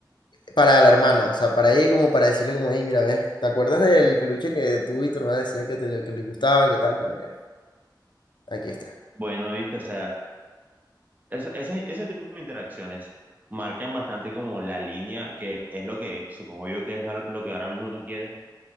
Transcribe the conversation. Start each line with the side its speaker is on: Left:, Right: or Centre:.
Left: Para la hermana, o sea, para ella como para decirle como, hey, mira, ves, ¿te acuerdas del peluche que tú y tu hermana decían que, te, que les gustaba, qué tal? Bueno, ya, aquí está.
Right: bueno, viste, o sea, esa- esa- ese tipo de interacciones marcan bastante como la línea que es lo que supongo yo que es al- lo que ahora mismo tú quieres